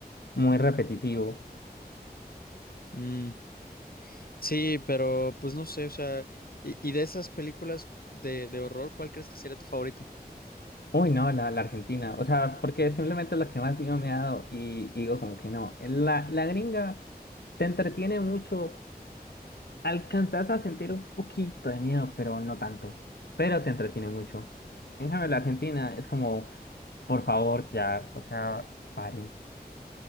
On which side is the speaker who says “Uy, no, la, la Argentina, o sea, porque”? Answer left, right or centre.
Left